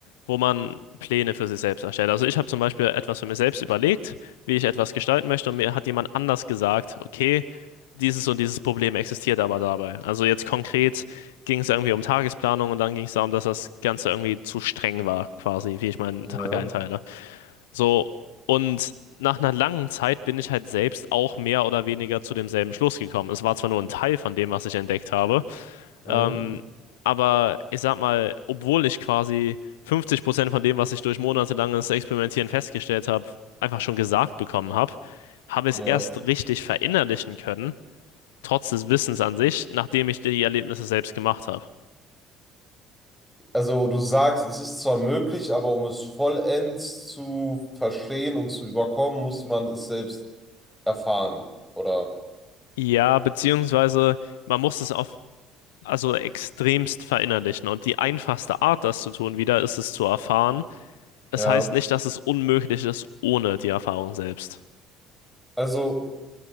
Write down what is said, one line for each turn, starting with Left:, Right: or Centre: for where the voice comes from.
Left: wo man Pläne für sich selbst erstellt. Also ich habe zum Beispiel etwas für mich selbst überlegt, wie ich etwas gestalten möchte und mir hat jemand anders gesagt, okay, dieses und dieses Problem existiert aber dabei. Also jetzt konkret ging es irgendwie um Tagesplanung und dann ging es darum, dass das Ganze irgendwie zu streng war, quasi, wie ich meinen
Centre: ja,
Left: Tag einteile. So, und nach einer langen Zeit bin ich halt selbst auch mehr oder weniger zu demselben Schluss gekommen. Es war zwar nur ein Teil von dem, was ich entdeckt habe,
Centre: mhm,
Left: ähm, aber ich sag mal, obwohl ich quasi 50% von dem, was ich durch monatelanges Experimentieren festgestellt habe, einfach schon gesagt bekommen habe, habe ich
Centre: ja.
Left: es erst richtig verinnerlichen können, trotz des Wissens an sich, nachdem ich die Erlebnisse selbst gemacht habe.
Centre: Also du sagst, es ist zwar möglich, aber um es vollends zu verstehen und zu überkommen, muss man es selbst erfahren, oder?
Left: Ja, beziehungsweise man muss es auf also extremst verinnerlichen. Und die einfachste Art, das zu tun, wieder ist es zu erfahren.
Centre: Ja.
Left: Das heißt nicht, dass es unmöglich ist ohne die Erfahrung selbst.
Centre: Also.